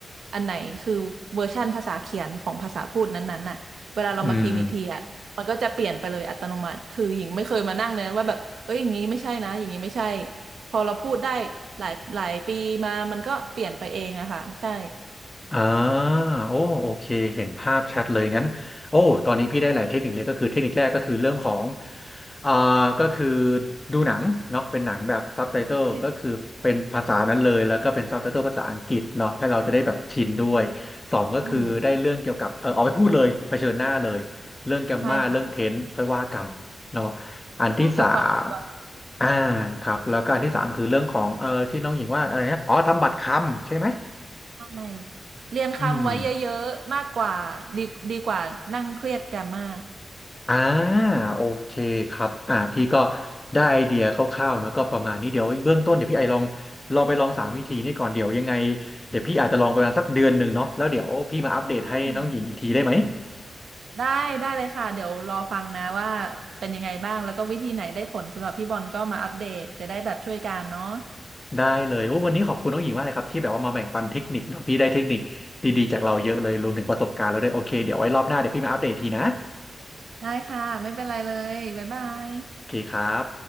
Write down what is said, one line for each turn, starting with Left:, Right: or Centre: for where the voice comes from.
Right: อันไหนคือเวอร์ชั่นภาษาเขียนของภาษาพูดนั้นๆน่ะเวลาเรามาพิมพ์อีกทีอ่ะมันก็จะเปลี่ยนไปเลยอัตโนมัติคือหญิงไม่เคยมานั่งเลยนะว่าแบบเอ้ยอย่างนี้ไม่ใช่นะอย่างนี้ไม่ใช่
Left: อืม
Right: พอเราพูดได้หลายหลายปีมามันก็เปลี่ยนไปเองอะค่ะใช่
Left: อ่าโอ้โอเคเห็นภาพชัดเลยงั้นโอ้ตอนนี้พี่ได้หลายเทคนิคเลยก็คือเทคนิคแรกก็คือเรื่องของอ่าก็คือดูหนังเนาะเป็นหนังแบบซับไตเติลก็คือเป็นภาษานั้นเลย
Right: Flexing
Left: แล้วก็เป็นซับไตเติลภาษาอังกฤษเนาะให้เราจะได้แบบชินด้วยสองก็คือได้เรื่องเกี่ยวกับเออเอาไปพูดเลยเผชิญหน้าเลย
Right: อืม
Left: เรื่องแกมมาเรื่องเทนส์ค่อยว่ากันเนาะ
Right: ใช่ค่ะ
Left: อันที่สาม
Right: สู้กับความกดดัน
Left: อ่าครับแล้วก็อันที่สามคือเรื่องของเออที่น้องหญิงว่าอะไรนะอ๋อทำบัตรคำใช่ไหม
Right: ใช่เรียนคำไว้เยอะๆ
Left: อืม
Right: มากกว่าดีดีกว่านั่งเครียดแกรมมา
Left: อ่าโอเคครับอ่าพี่ก็
Right: ค่ะ
Left: ได้ไอเดียคร่าวๆเนอะก็ประมาณนี้เดี๋ยวเบื้องต้นเดี๋ยวพี่ไอลองลองไปลองสามวิธีนี่ก่อนเดี๋ยวยังไงเดี๋ยวพี่อาจจะลองประมาณสักเดือนหนึ่งเนาะแล้วเดี๋ยวพี่มาอัปเดตให้น้องหญิงอีกทีได้ไหม
Right: อืมได้ได้เลยค่ะเดี๋ยวรอฟังนะว่าเป็นยังไงบ้างแล้วก็วิธีไหนได้ผลสำหรับพี่บอลก็มาอัปเดตจะได้แบบช่วยกันเนาะ
Left: ได้เลยโอ้วันนี้ขอบคุณน้องหญิงมากเลยครับที่แบบว่ามาแบ่งปันเทคนิคเนาะพี่ได้เทคนิคดีๆจากเราเยอะเลยรวมถึงประสบการณ์แล้วด้วยโอเคเดี๋ยวไว้รอบหน้าเดี๋ยวพี่มาอัปเดตทีนะ
Right: ได้ค่ะไม่เป็นไรเลยบ๊ายบาย
Left: โอเคครับ